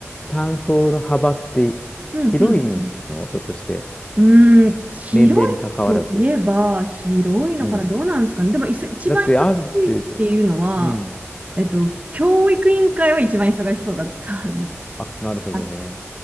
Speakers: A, on the left; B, on the right.
A: 担当の幅って広いのひょっとして。
B: うん、うん。うん、うん広いといえば、
A: 年齢に関わらず。
B: 広いのかな、
A: うん。
B: どうなんですかね。でも、いそ一番忙しいっていうのは、
A: だってある程度。うん。
B: えっと、教育委員会は一番忙しそうだった <laughs>
A: あ、なるほどね。
B: あ